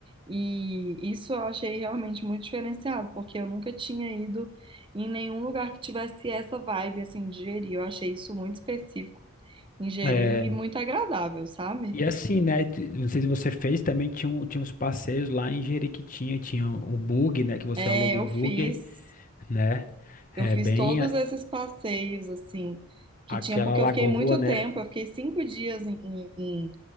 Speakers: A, on the right (about 20°); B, on the left (about 35°).
A: E isso eu achei realmente muito diferenciado, porque eu nunca tinha ido em nenhum lugar que tivesse essa vibe, assim, de Jeri. Eu achei isso muito específico em Jeri
B: É,
A: e muito agradável, sabe?
B: E assim, né? t- Não sei se você fez, também tinha, um- tinha uns passeios lá em Jeriquitinha, tinha o bug, né? Que você
A: É,
B: aluga o
A: eu
B: bug,
A: fiz.
B: né? É
A: Eu fiz
B: bem
A: todos
B: a-
A: esses passeios, assim, que
B: aquela
A: tinha, porque
B: lagoa,
A: eu fiquei muito
B: né?
A: tempo, eu fiquei cinco dias em, em, em,